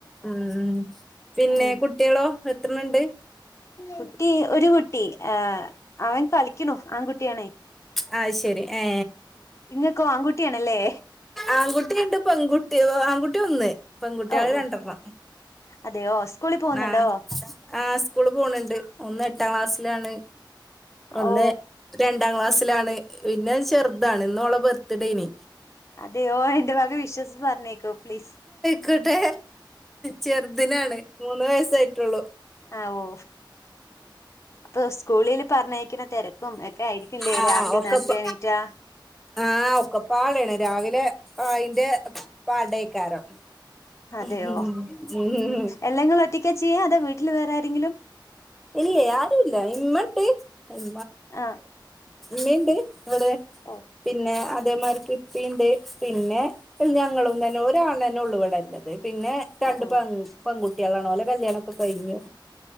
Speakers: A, in the centre; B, on the left.
A: ഉം പിന്നെ
B: ഉം
A: കുട്ടികളോ എത്രണ്ണണ്ട്
B: കുട്ടി ഒരു കുട്ടി അവൻ കളിക്കണു. ആൺകുട്ടിയാണേ
A: ആ ശരി ഏ
B: ഇങ്ങക്കോ ആൺകുട്ടിയാണല്ലേ
A: ആൺകുട്ടിയുണ്ട് പെൺകുട്ടിയ ആൺകുട്ടി ഒന്ന് പെൺകുട്ടികള്
B: ഓ ഓ
A: രണ്ടെണ്ണം.
B: അതെയോ സ്കൂളിൽ പോകുന്നുണ്ടോ
A: ആ് ആ സ്കൂള് പോണണ്ട് ഒന്ന് എട്ടാം ക്ലാസ് ാണ് ഒന്ന്
B: ഓ
A: രണ്ട് ണ്ടാം ക്ലാസ്സിലാണ് പിന്നെ ചെറുതാണ് ഇന്നോളെ ബർത്ത്ഡേന്
B: അതെയോ എന്റെ ഭാഗം വിശ്വസിച്ച് പറഞ്ഞേക്കോ പ്ലീസ്
A: കട്ടെ ചെറുദിനാണ് വയസ്സായിട്ടുള്ളു
B: ആ ഓ പ്പൊ സ്കൂളില് പറഞ്ഞേക്കുന്ന തിരക്കും ഒക്കെ ആയിരിക്കുംല്ലേ
A: ആ
B: രാവിലെ
A: ഒക്കപ്പ
B: നേരത്തെ എണീറ്റാ
A: ആ ഒക്കെ പാടയാണ് രാവിലെ ആയിന്റെ പാടെക്കാരം
B: അതെയോ
A: ഉ ഉ ഉം
B: എല്ലാം നിങ്ങൾ ഒറ്റക്കാ ചെയ്യാ അതോ വീട്ടിൽ വേറെ ആരെങ്കിലും
A: ഇല്ല യാരും ഇല്ല ഇ മ <unintelligible> <unintelligible>
B: ആ
A: ണ്ടേ ഇവിടെ
B: ഓ
A: പിന്നെ അ അമാർക്ക് ഇപ്പന്റെ പിന്നെ ഞങ്ങളും തന്നെ ഒരാളന്നെ ഉള്ളപടല്ലത് പിന്നെ രണ്ട്
B: ഓ ഓ
A: പ <unintelligible> കുട്ടികളാണോ ഒലെ കല്യാണം ഒക്കെ കഴിഞ്ഞു